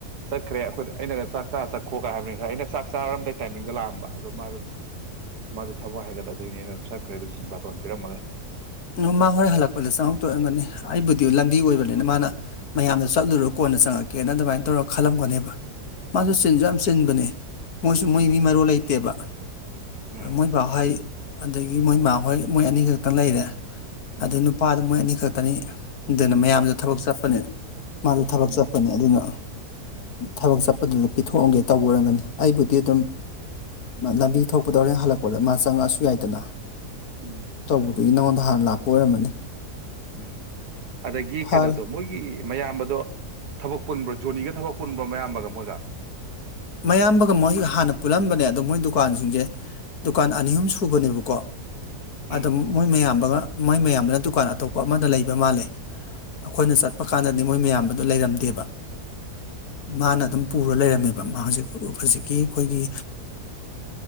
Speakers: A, on the right (about 80°); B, on the left (about 70°).
A: ꯆꯠꯈ꯭ꯔꯦ ꯑꯩꯈꯣꯏꯗ ꯑꯩꯅꯒ ꯆꯥꯛ ꯆꯥꯔ ꯆꯠꯈꯣꯒ ꯍꯥꯏꯕꯅꯤ ꯉꯁꯥꯏ ꯑꯩꯅ ꯆꯥꯛ ꯆꯥꯔꯝꯗꯥꯏ ꯇꯥꯏꯃꯤꯡꯗ ꯂꯥꯛꯑꯝꯕ ꯑꯗꯣ ꯃꯥ ꯑꯗꯨꯝ ꯃꯥꯁꯨ ꯊꯕꯛ ꯍꯥꯏꯒꯠꯂꯗꯣꯏꯅꯦꯅ ꯑꯗꯨꯝ ꯆꯠꯈ꯭ꯔꯦ ꯑꯗꯨꯝ ꯕꯥꯇꯣꯟ ꯄꯤꯔꯝꯃꯒ
B: ꯎ ꯃꯥ ꯍꯣꯔꯦꯟ ꯍꯜꯂꯛꯄꯗ ꯆꯪꯉꯛꯇꯣꯏꯔꯝꯒꯅꯤ ꯑꯩꯕꯨꯗꯤ ꯂꯝꯕꯤ ꯑꯣꯏꯕꯅꯤꯅ ꯃꯥꯅ ꯃꯌꯥꯝꯗ ꯆꯠꯂꯨꯔꯣ ꯀꯣꯟꯅ ꯆꯪꯉꯛꯀꯦꯅ ꯑꯗꯨꯃꯥꯏꯅ ꯇꯧꯔ ꯈꯜꯂꯝꯒꯅꯦꯕ ꯃꯥꯁꯨ
A: ꯎꯝ
B: ꯆꯤꯟꯁꯨ ꯌꯥꯝ ꯆꯤꯟꯕꯅꯦ ꯃꯣꯏꯁꯨ
A: ꯎꯝ
B: ꯃꯣꯏ ꯃꯤ ꯃꯔꯨ ꯂꯩꯇꯦꯕ
A: ꯎꯝ
B: ꯃꯣꯏ ꯕꯥ ꯍꯣꯏ ꯑꯗꯒꯤ ꯃꯣꯏ ꯃꯥ ꯍꯣꯏ ꯃꯣꯏ ꯑꯅꯤꯈꯛ ꯇꯂꯩꯔꯦ ꯑꯗꯩ
A: ꯎꯝ
B: ꯅꯨꯄꯥꯗ ꯃꯣꯏ ꯑꯅꯤꯈꯛ ꯉꯥꯛꯇꯅꯤ ꯑꯗꯨꯅ ꯃꯌꯥꯝꯗ ꯊꯕꯛ ꯆꯠꯄꯅꯦ ꯃꯥꯗ ꯊꯕꯛ
A: ꯎꯝ
B: ꯆꯠꯄꯅꯦ ꯑꯗꯨꯅ ꯊꯕꯛ ꯆꯠꯄꯗꯨꯗ ꯄꯤꯊꯣꯛꯑꯝꯒꯦ ꯇꯧꯕ ꯑꯣꯏꯔꯝꯒꯅꯤ ꯑꯩꯕꯨꯗꯤ ꯑꯗꯨꯝ ꯂꯝꯕꯤ ꯊꯣꯛꯄꯗꯧꯔꯦ ꯍꯜꯂꯛꯄꯗ ꯃꯥ ꯆꯪꯉꯛꯑꯁꯨ ꯌꯥꯏꯗꯅ
A: ꯎꯝ
B: ꯗꯒꯤ ꯅꯉꯣꯟꯗ ꯍꯥꯟꯅ ꯂꯥꯛꯄ ꯑꯣꯏꯔꯝꯝꯕꯅꯤ
A: ꯎꯝ ꯑꯗꯒꯤ
B: ꯐꯔꯦ
A: ꯀꯩꯅꯣꯗꯣ ꯃꯣꯏꯒꯤ ꯃꯌꯥꯝꯕꯗꯣ ꯊꯕꯛ ꯄꯨꯟꯕ꯭ꯔꯣ ꯖꯣꯅꯤꯒ ꯊꯕꯛ ꯄꯨꯟꯕ꯭ꯔꯣ ꯃꯌꯥꯝꯕꯒ ꯃꯣꯏꯒ
B: ꯃꯌꯥꯝꯕꯒ ꯃꯣꯏ ꯍꯥꯟꯅ ꯄꯨꯜꯂꯝꯕꯅꯦ ꯑꯗꯣ ꯃꯣꯏ ꯗꯨꯀꯥꯟꯁꯤꯡꯁꯦ ꯗꯨꯀꯥꯟ ꯑꯅꯤ ꯑꯍꯨꯝ ꯁꯨꯕꯅꯦꯕꯀꯣ
A: ꯎꯝ
B: ꯑꯗꯣ ꯃꯣꯏ ꯃꯌꯥꯝꯕꯒ ꯃꯣꯏ ꯃꯌꯥꯝꯕꯅ ꯗꯨꯀꯥꯟ ꯑꯇꯣꯞꯄ ꯑꯃꯗ ꯂꯩꯕ ꯃꯥꯜꯂꯦ ꯑꯩꯈꯣꯏꯅ ꯆꯠꯄ ꯀꯥꯟꯗꯗꯤ ꯃꯣꯏ ꯃꯌꯥꯝꯗ ꯂꯩꯔꯝꯗꯦꯕ ꯃꯥꯅ ꯑꯗꯨꯝ ꯄꯨꯔ ꯂꯩꯔꯝꯃꯦꯕ ꯍꯧꯖꯤꯛ ꯍꯧꯖꯤꯛꯀꯤ ꯑꯩꯈꯣꯏꯒꯤ